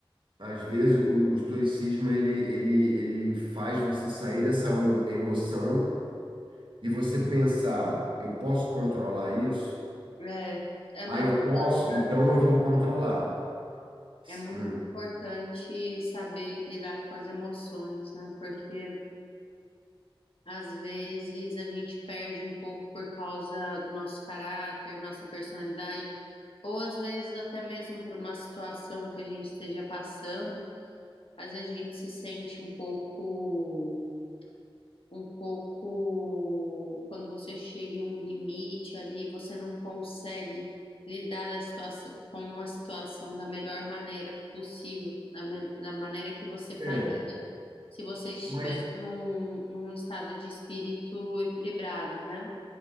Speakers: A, on the right; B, on the left.
A: às vezes o, o estoicismo ele, ele, ele faz você sair dessa emo- emoção e você pensar, eu posso controlar isso?
B: É, é muito
A: Ah, eu
B: importante,
A: posso, então eu vou controlar.
B: é muito
A: Hum.
B: importante saber lidar com as emoções, né? Porque Às vezes a gente perde um pouco por causa do nosso caráter, nossa personalidade, ou às vezes até mesmo por uma situação que a gente esteja passando, às vezes a gente se sente um pouco, um pouco, quando você chega em um limite ali, você não consegue lidar da situação, com uma situação da melhor maneira possível, da, me- da maneira que você faria
A: É,
B: se você estivesse
A: mas
B: num, num estado de espírito equilibrado, né?